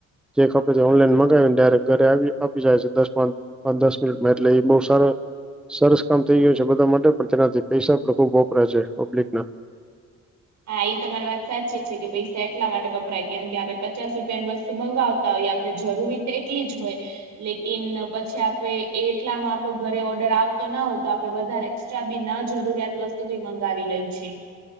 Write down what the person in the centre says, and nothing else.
જે ખપે છે ઓનલાઈન મગાવીને ડાયરેક્ટ ઘરે આવી આપી જાય છે દસ પાંચ પાંચ દસ મિનિટમાં એટલે એ બહુ સારા સરસ કામ થઈ ગયું છે બધા માટે પણ તેનાથી પૈસા પણ ખુબ વપરાય છે પબ્લિકના